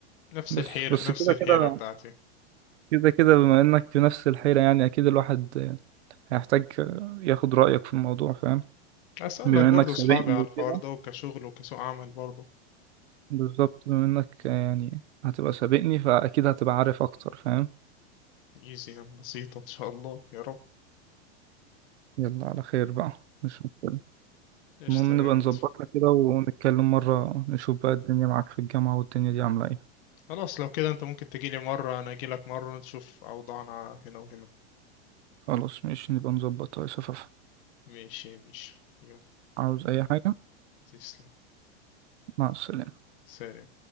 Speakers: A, on the left; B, on the right.
A: نفس
B: بس
A: الحيرة
B: بس
A: نفس
B: كده
A: الحيرة
B: كده
A: بتاعتي
B: كده كده بما إنك في نفس الحيرة يعني أكيد الواحد آه، هيحتاج آه، ياخد رأيك في الموضوع فاهم
A: اسألك
B: بما
A: برضو
B: انك سابقني
A: اصحابي على
B: وكده
A: الحوار ده وكشغل وكسوق عمل برضو
B: بالظبط بما انك آه، يعني هتبقى سابقني فاكيد هتبقى عارف اكتر فاهم
A: ايزي يعني بسيطة ان شاء الله يا رب
B: يلا على خير بقى مش مشكلة
A: قشطة
B: المهم نبقى
A: يا ميدو
B: نظبطها كده ونتكلم مرة نشوف بقى الدنيا معاك في الجامعة والدنيا دي عاملة ايه
A: خلاص لو كده انت ممكن تجيلي مرة انا اجيلك مرة نشوف اوضاعنا هنا وهنا
B: خلاص ماشي نبقى نظبطها يا صفافة
A: ماشي ماشي يلا
B: عاوز اي حاجة
A: تسلم
B: مع السلامة
A: سلام